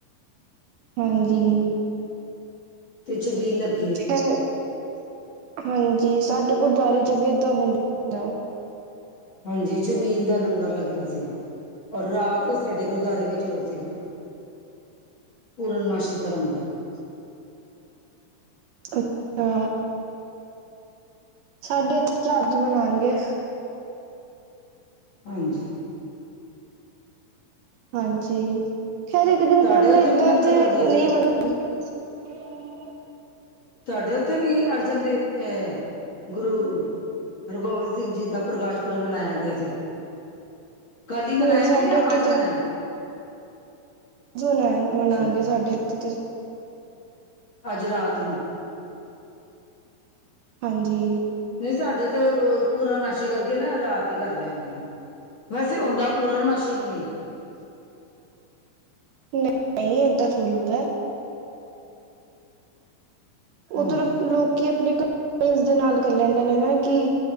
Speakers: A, on the right (about 75°); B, on the left (about 45°).
A: ਹਂਜੀ,
B: ਪਛ ਵੀ ਲੱਬ
A: ਤੇ ਹਂਜੀ ਸਾਡੇ ਗੁਰਦੁਆਰੇ ਚ ਵੇ ਦਾ ਹੁੰਦਾ ਐ।
B: ਹਂਜੀ, ਸ਼ਬੀਨ ਦਾ ਲੰਗਰ ਲੱਗਿਆ ਸੀਗਾ। ਔਰ ਰਾਤ ਸਾਡੇ ਗੁਰਦੁਆਰੇ ਵਿੱਚ ਔਹ ਸੀਗਾ ਪੂਰਨਮਾਸੀੀ ਦਾ ਲੰਗਰ।
A: ਅੱਛਾ ਸਾਡੇ ਇੱਥੇ ਚਝੱਜ ਬਨਾਨਗੇ।
B: ਹਂਜੀ,
A: ਹਂਜੀ, ਖੈਰ ਇੱਕ ਦਿਨ
B: ਤੁਹਾਡੇ
A: ਪੈਲਾਂ
B: ਉੱਥੇ
A: ਏਦਾਂ
B: ਵੀ ਲੰਗਰ
A: ਤੇ
B: ਹੋ ਰਿਹਾ ਸੀਗਾ
A: ਨਹੀਂ ਵਰਤ ਅਮ
B: ਤੁਹਾਡੇ ਉੱਥੇ ਵੀ ਅਰਜਨ ਦੇਵ ਅਹ ਗੁਰੂ ਹਰਗੋਬਿੰਦ ਸਿੰਘ ਜੀ ਦਾ ਪ੍ਰਕਾਸ਼ ਪੁਰਬ ਮਨਾਇਆ ਗਿਆ ਸੀਗਾ। ਕੱਲ ਹੀ ਮਨਾਇਆ
A: ਨਹੀਂ ਸਾਡੇ
B: ਸੀ ਜਾਂ
A: ਇੱਥੇ
B: ਅੱਜ ਮਨਾਇਆ।
A: ਜੋ ਮਨਾ
B: ਅੱਛਾ,
A: ਮਨਾਨਗੇ ਸਾਡੇ ਇੱਥੇ ਤੇ
B: ਅੱਜ ਰਾਤ ਨੂੰ।
A: ਹਂਜੀ,
B: ਨਹੀਂ ਸਾਡੇ ਤੇ ਪੂਰਨ ਮਾਸੀ ਕਰਕੇ ਨਾ ਰਾਤ ਹੀ ਕਰ ਲਿਆ, ਉਹਨਾਂ ਨੇ ਵੈਸੇ ਹੁੰਦਾ ਪੂਰਨ ਮਾਸ਼ੀ ਨੂੰ ਈ।
A: ਨਹੀਂ, ਨਹੀਂ ਏਦਾਂ ਥੋੜ੍ਹੀ ਹੋਦਾਐ।
B: ਹਾਂਜੀ,
A: ਔਹ ਤ ਲੋਕੀ ਅਪਨੇ ਦੇ ਨਾਲ ਕਰ ਲੈਂਦੇ ਨੇ, ਕਿ